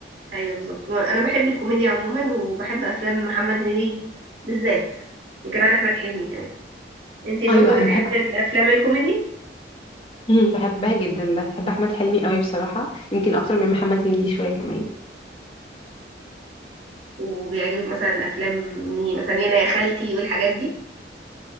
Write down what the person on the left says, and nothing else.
ايوه
انا بحب احمد
مم، بحبها جدا بحب احمد حلمي قوي بصراحه يمكن اكتر من محمد هنيدي شويه كمان